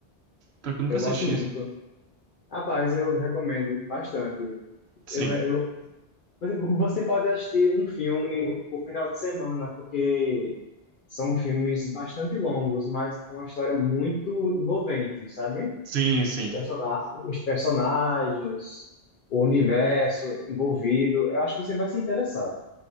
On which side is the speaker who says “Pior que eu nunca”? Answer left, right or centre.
Right